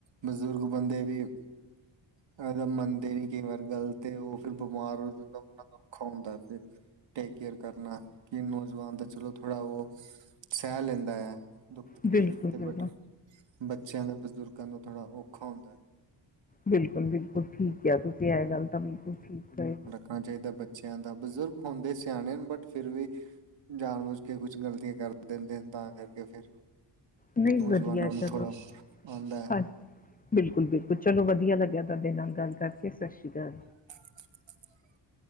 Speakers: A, on the right; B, on the left.
A: ਬਜ਼ੁਰਗ ਬਦੇ ਵੀ <unintelligible> ਮੰਨਦੇ ਨੀਂ ਕਈ ਵਾਰ ਗੱਲ ਤੇ ਉਹ ਫਿਰ ਬਿਮਾਰ ਹੋ ਜਾਂਦਾ ਉਹਨਾਂ ਦਾ ਔਖਾ ਹੁੰਦਾ ਫਿਰ ਟੇਕ ਕੇਅਰ ਕਰਨਾ ਕਿ ਨੌਜਵਾਨ ਤਾਂ ਚਲੋ ਥੋੜ੍ਹਾ ਉਹ ਸਹਿ ਲੈਂਦਾ ਆ, ਦੁੱਖ ਤਕਲੀਫ਼
B: ਬਿਲਕੁਲ
A: ਤੇ
B: ਬਿਲਕੁਲ
A: ਬਟ ਬੱਚਿਆਂ ਦਾ, ਬਜ਼ੁਰਗਾਂ ਦਾ ਥੋੜਾ ਔਖਾ ਹੁੰਦਾ।
B: ਬਿਲਕੁਲ ਬਿਲਕੁਲ, ਠੀਕ ਕਿਆ। ਤੁਸੀਂ ਇਹ ਗੱਲ ਤਾਂ ਬਿਲਕੁਲ ਠੀਕ ਕ
A: ਣਾ ਚਾਹੀਦਾ ਬੱਚਿਆਂ ਦਾ। ਬਜ਼ੁਰਗ ਹੁੰਦੇ ਸਿਆਣੇ ਬਟ ਫਿਰ ਵੀ ਜਾਣ ਬੁਝ ਕੇ ਕੁਛ ਗਲਤੀਆਂ ਕਰ ਦਿੰਦੇ <unintelligible> ਤਾਂ ਕਰਕੇ ਫੇਰ
B: ਧਿਆਨ ਮੁਸ਼ਕਿਲ ਮੁਸ਼ਕਿਲ ਦੀ ਗੱਲ ਕਿਰਦਾਰ ਨਹੀਂ
A: ਨੌਜਵਾਨਾਂ
B: ਵਧੀਆ
A: ਨੂੰ
B: ਚਲੋ
A: ਥੋੜਾ ਆਂਦਾ।
B: ਹਾਂ ਬਿਲਕੁਲ ਬਿਲਕੁਲ, ਚਲੋ ਵਧੀਆ ਲੱਗਿਆ ਤੁਹਾਡੇ ਨਾਲ ਗੱਲ ਕਰਕੇ। ਸਤਿ ਸ਼੍ਰੀ ਅਕਾਲ।
A: <unintelligible>